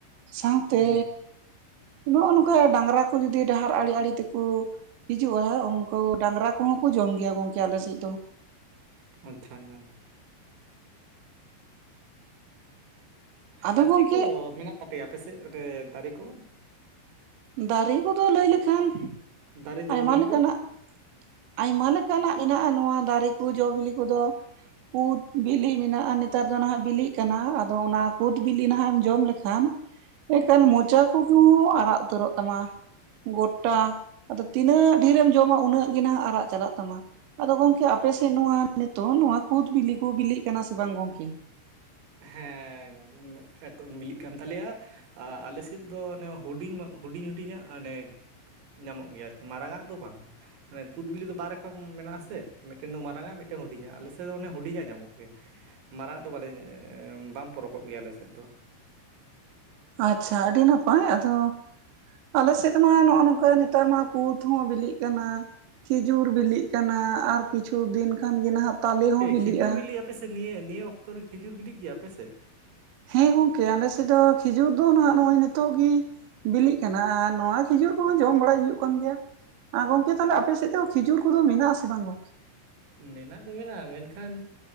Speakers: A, on the right; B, on the right.
A: ᱥᱟᱶᱛᱮ
B: ᱦᱩᱸ
A: ᱱᱚᱜᱼᱚ ᱱᱚᱝᱠᱟ ᱰᱟᱝᱨᱟ ᱠᱚ ᱡᱫᱤ ᱰᱟᱦᱟᱨ ᱟᱲᱮ ᱟᱲᱮ ᱛᱮ ᱠᱚ, ᱦᱤᱡᱩᱜᱼᱟᱜ ᱩᱱᱠᱩ ᱰᱟᱝᱨᱟ ᱠᱚᱦᱚᱸ ᱠᱚ ᱡᱚᱢ ᱜᱮᱭᱟ ᱜᱚᱝᱠᱮ ᱟᱞᱮᱥᱮᱡ ᱫᱚ᱾
B: ᱟᱪᱪᱷᱟ ᱟᱪᱪᱷᱟ
A: ᱟᱫᱚ
B: ᱾ ᱟᱨ
A: ᱜᱚᱝᱠᱮ
B: ᱪᱮᱫ ᱠᱚ ᱢᱮᱱᱟᱜ ᱛᱟᱯᱮᱭᱟ ᱟᱯᱮ ᱥᱮᱫ ᱫᱟᱨᱮ ᱠᱚ?
A: ᱫᱟᱨᱮ ᱠᱚᱫᱚ ᱞᱟᱹᱭ ᱞᱮᱠᱷᱟᱱ
B: ᱫᱟᱨᱮ ᱡᱚ
A: ᱟᱭᱢᱟ
B: ᱵᱤᱞᱤ
A: ᱞᱮᱠᱟᱱᱟᱜ
B: ᱠᱚ
A: ᱾ ᱟᱭᱢᱟ ᱞᱮᱠᱟᱱᱟᱜ ᱢᱮᱱᱟᱜᱼᱟ, ᱱᱚᱣᱟ ᱫᱟᱨᱮ ᱠᱚ ᱡᱚ ᱵᱤᱞᱤ ᱠᱚ ᱫᱚ ᱾ ᱠᱩᱫ ᱵᱤᱞᱤ ᱢᱮᱱᱟᱜᱼᱟ ᱱᱮᱛᱟᱨ ᱫᱚ ᱱᱟᱦᱟᱜ ᱵᱤᱞᱤᱜ ᱠᱟᱱᱟ, ᱟᱫᱚ ᱚᱱᱟ ᱠᱩᱫ ᱵᱤᱞᱤ ᱱᱟᱦᱟᱜ ᱮᱢ ᱡᱚᱢ ᱞᱮᱠᱷᱟᱱ
B: <inaudible>
A: ᱮᱠᱟᱞ ᱢᱚᱪᱟ ᱠᱚᱦᱚ ᱟᱨᱟᱜ ᱩᱛᱟᱹᱨᱚᱜ ᱛᱟᱢᱟ᱾ ᱜᱚᱴᱟ ᱟᱫᱚ ᱛᱤᱱᱟᱹᱜ ᱰᱷᱮᱨᱮᱢ ᱡᱚᱢᱟ, ᱩᱱᱟᱹᱜ ᱜᱮ ᱱᱟᱟᱜ ᱟᱨᱟᱜ ᱪᱟᱞᱟᱜ ᱛᱟᱢᱟ᱾ ᱟᱫᱚ ᱜᱚᱝᱠᱮ ᱟᱯᱮᱥᱮᱫ ᱱᱚᱣᱟ ᱱᱤᱛᱚᱜ ᱱᱚᱣᱟ ᱠᱩᱫ ᱵᱤᱞᱤ ᱠᱚ ᱵᱤᱞᱤᱜ ᱠᱟᱱᱟ ᱥᱮ ᱵᱟᱝ ᱜᱚᱝᱠᱮ?
B: ᱦᱮᱸ ᱮᱠᱫᱚᱢ ᱢᱤᱞᱤᱜ ᱠᱟᱱ ᱛᱟᱞᱮᱭᱟ ᱾ ᱟᱞᱮ ᱥᱮᱫ ᱫᱚ ᱚᱱᱮ ᱦᱩ ᱦᱩᱰᱤᱧ ᱦᱩᱰᱤᱧᱟᱜ ᱟᱱᱮ, ᱧᱟᱢᱚᱜ ᱜᱮᱭᱟ ᱟᱨᱠᱤ ᱢᱟᱨᱟᱝ ᱟᱜ ᱫᱚ ᱵᱟᱝᱟ᱾ ᱢᱟᱱᱮ ᱠᱩᱫ ᱵᱤᱞᱤ ᱫᱚ ᱵᱟᱨ ᱨᱟᱠᱟᱚᱢ ᱢᱮᱱᱟᱜ ᱟᱥᱮ, ᱢᱤᱫᱴᱮᱱ ᱫᱚ ᱢᱟᱨᱟᱝᱜ ᱢᱤᱫᱴᱮᱱ ᱦᱩᱰᱤᱧᱟ ᱟᱞᱮ ᱥᱮᱜ ᱫᱚ ᱚᱱᱮ ᱦᱩᱰᱤᱧᱟ ᱧᱟᱢᱚᱜ ᱜᱮᱭᱟ᱾ ᱢᱟᱨᱟᱝ ᱫᱚ ᱵᱟᱞᱮ ᱵᱟᱢ ᱯᱚᱨᱚᱜ ᱜᱮᱭᱟ ᱟᱞᱮᱥᱮᱜ ᱫᱚ᱾
A: ᱟᱪᱪᱷᱟ ᱟᱹᱰᱤ ᱱᱟᱯᱟᱭ, ᱟᱫᱚ ᱟᱞᱮ ᱥᱮᱫ ᱢᱟ ᱱᱚᱜᱼᱚᱭ ᱱᱚᱝᱠᱟ ᱱᱮᱛᱟᱨ ᱢᱟ ᱠᱩᱛ ᱦᱚᱸ ᱵᱤᱞᱤᱜ ᱠᱟᱱᱟ᱾ ᱠᱷᱤᱡᱩᱨ ᱵᱤᱞᱤᱜ ᱠᱟᱱᱟ ᱟᱨ ᱠᱤᱪᱷᱩ ᱫᱤᱱ ᱠᱷᱟᱱ ᱜᱮ ᱱᱟᱦᱟᱜ ᱛᱟᱞᱮ ᱦᱚᱸ
B: ᱮ
A: ᱵᱤᱞᱤᱜᱼᱟ
B: ᱠᱷᱮᱡᱩᱨ ᱵᱤᱞᱤᱜ ᱟᱯᱮᱥᱮᱫ ᱱᱤᱭᱟᱹ ᱱᱤᱭᱟᱹ ᱚᱠᱛᱚᱨᱮ ᱠᱷᱮᱡᱩᱨ ᱵᱤᱞᱤᱜ ᱜᱮᱭᱟ ᱟᱯᱮᱥᱮᱜ ᱾
A: ᱦᱮᱸ ᱜᱚᱝᱠᱮ ᱟᱞᱮ ᱥᱮᱫ ᱫᱚ ᱠᱷᱤᱡᱩᱨ ᱫᱚ ᱦᱟᱜ ᱱᱚᱜᱼᱚᱭ ᱱᱤᱛᱚᱜ ᱜᱤ ᱵᱤᱞᱤᱜ ᱠᱟᱱᱟ ᱟᱨ ᱱᱚᱣᱟ ᱠᱷᱤᱡᱩᱨ ᱠᱚᱦᱚᱸ ᱡᱚᱢ ᱵᱟᱲᱟᱭ ᱦᱩᱭᱩᱜ ᱠᱟᱱ ᱜᱮᱭᱟ, ᱟᱨ ᱜᱚᱝ ᱠᱮ ᱛᱟᱦᱚᱞᱮ
B: ᱚ,
A: ᱟᱯᱮ ᱥᱮᱡ ᱫᱚ ᱠᱷᱤᱡᱩᱨ ᱠᱚᱫᱚ ᱢᱮᱱᱟᱜ-ᱟ ᱥᱮ ᱵᱟᱝ ᱜᱚᱝᱠᱮ?
B: ᱢᱮᱱᱟᱜ ᱫᱚ ᱢᱮᱱᱟᱜ-ᱟ, ᱢᱮᱱᱠᱷᱟᱱ